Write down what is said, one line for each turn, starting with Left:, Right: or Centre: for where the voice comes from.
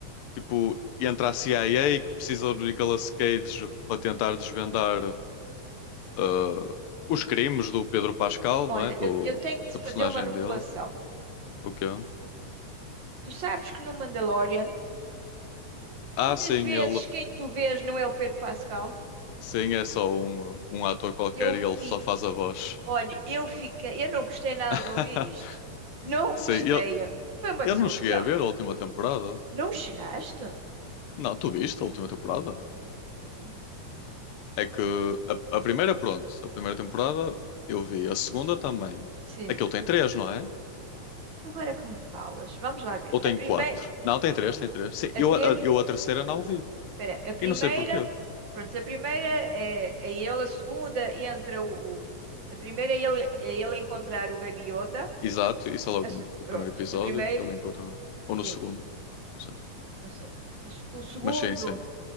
Left: tipo, entre a CIA que precisa do Nicolas Cage para tentar desvendar ah, os crimes do Pedro Pascal,
Right: Olha,
Left: não é? Do,
Right: eu, eu tenho que te
Left: da
Right: fazer
Left: personagem
Right: uma revelação.
Left: dele. O quê?
Right: Tu sabes que no Mandalorian,
Left: Ah,
Right: muitas
Left: sim,
Right: vezes
Left: ele
Right: quem tu vês não é o Pedro Pascal.
Left: sim, é só um, um ator qualquer
Right: Eu fico,
Left: e ele só faz a voz.
Right: olha, eu fiquei, eu não gostei nada
Left: <laughs>
Right: de ouvir isto. Não
Left: Sim,
Right: gostei.
Left: eu,
Right: Foi uma
Left: eu
Right: desilusão.
Left: não cheguei a ver a última temporada.
Right: Não chegaste?
Left: Não, tu viste a última temporada?
Right: Eu também não.
Left: É que a, a primeira, pronto, a primeira temporada eu vi, a segunda também.
Right: Sim.
Left: Aquilo tem três, não é?
Right: Então agora que me falas, vamos lá ver.
Left: Ou tem
Right: A primeira,
Left: quatro? Não, tem três, tem três. Sim,
Right: a
Left: eu,
Right: três,
Left: a, eu a terceira não vi.
Right: espera, a primeira,
Left: E não sei porquê.
Right: pronto, a primeira é, é ele, a segunda entra o, o- a primeira é ele, é ele encontrar o Baby Yoda.
Left: Exato, isso é logo
Right: A se-
Left: no, o
Right: pronto,
Left: primeiro episódio
Right: a primeira,
Left: que ele encontra, no- ou no
Right: sim,
Left: segundo. Não sei.
Right: não sei. O, se- o segundo,
Left: Mas sim, sim.